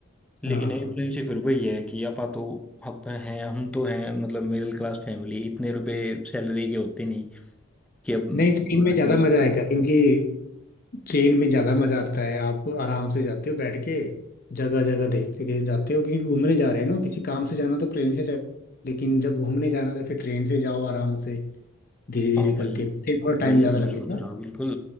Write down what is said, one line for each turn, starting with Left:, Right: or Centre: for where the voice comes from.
Centre: लेकिन
Left: हाँ
Centre: एयरप्लेन से फिर वही है कि आपा तो आप हैं हम तो हैं मतलब मिडिल क्लास फैमिली इतने रुपए सैलरी के होते नहीं कि अब माना
Left: नहीं ट्रेन में ज़्यादा
Centre: कि
Left: मज़ा आएगा क्योंकि ट्रेन में ज़्यादा मज़ा आता है आप आराम से जाते हो बैठ के जगह जगह देखते के जाते हो क्योंकि घूमने जा रहे हैं ना किसी काम से जाना तो ट्रेन से जाओ लेकिन जब घूमने जाना तो फिर ट्रेन से जाओ आराम से धीरे धीरे
Centre: हाँ वही
Left: करके इससे थोड़ा टाइम
Centre: वही
Left: ज़्यादा
Centre: मैं
Left: लगेगा
Centre: सोच रहा हूँ बिल्कुल